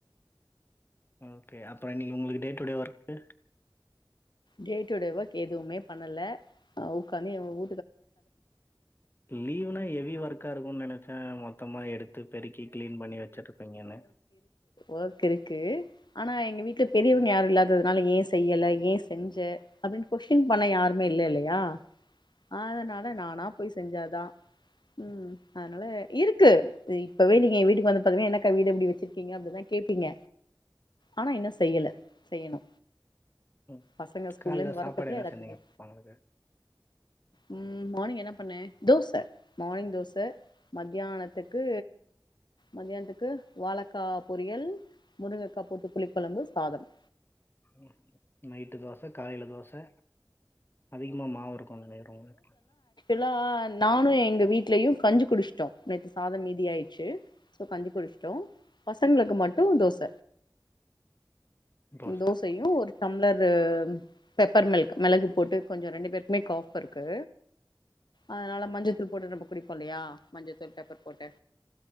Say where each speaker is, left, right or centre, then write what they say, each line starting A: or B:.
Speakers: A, on the left; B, on the left.
A: ஓகே அப்ப இன்னைக்கு உங்களுக்கு day to day work
B: day to day work எதுவுமே பண்ணல உக்காந்து எங்குட்
A: லீவ்னா எவி ஒர்க்கா இருக்கோனு நெனச்சே மொத்தமா எடுத்து பெருக்கி கிளீன் பண்ணி வெச்சிருப்பீங்கனு
B: ஓர்க் இருக்கு ஆனா எங்க வீட்ல பெரியவங்க யாரு இல்லாதது நாலிக்கு ஏ செய்யல ஏன் செஞ்ச அப்பிடினு கொஸ்சின் பண்ண யாருமே இல்லலியா அதனால நானா போய் செஞ்சாதா ம் அதனால இருக்கு இப்பவே நீங்க ஏ வீட்டுக்கு வந்து பாத்தீங்கனா என்னக்கா வீடுப்பிடி வெச்சிருக்கீங்க அப்பிடினுதா கேப்பீங்க ஆனா இன்னு செய்யல செய்யணு
A: ம்
B: பசங்க ஸ்கூல்ல
A: கால்ல
B: இருந்து வரத்துக்குள்ள
A: சாப்பாடு என்ன
B: எல்லாத்தையு
A: செஞ்சீங்க <unintelligible>
B: ம் மார்னிங் என்ன பண்ணே தோச மார்னிங் தோச மத்தியானத்துக்கு மத்தியானத்துக்கு வாழக்கா பொரியல் முருங்கக்கா போட்டு புளிக்ககொழம்பு சாதம்
A: ம் நை ட்டு தோச காலில தோச அதிகமா மாவுருக்கு <unintelligible>
B: ல்லா நானு எங்க வீட்லயு கஞ்சி குடிச்சிட்டோ நேத்து சாதம் மீதி ஆய்டுச்சு சோ கஞ்சு குடிச்சிட்டோ பசங்களுக்கு மட்டும் தோச
A: தோசை.
B: தோசயு ஒரு டம்ளரு பெப்பர் மில்க் மெளகு போட்டு கொஞ்ஜோ ரெண்டு பேருக்குமே காஃப் இருக்கு அதனால மஞ்சத்தூள் போட்டு நம்ம குடிப்போலியா மஞ்சதூள் பெப்பர் போட்டு